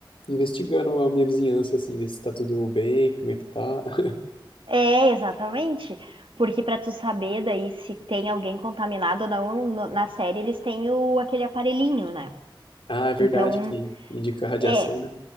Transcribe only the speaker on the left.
investigando a minha vizinhança, assim, ver se tá tudo bem, como é que tá. <laughs>
Ah, é verdade
que indica radiação,
né?